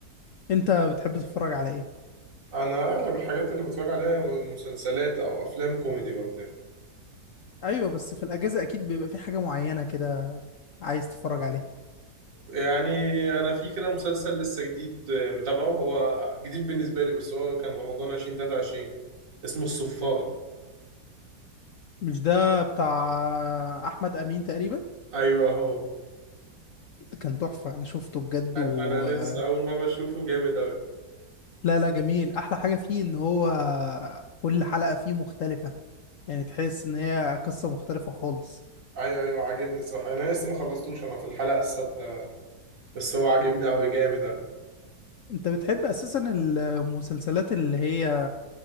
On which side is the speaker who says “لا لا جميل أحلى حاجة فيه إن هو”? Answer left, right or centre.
Left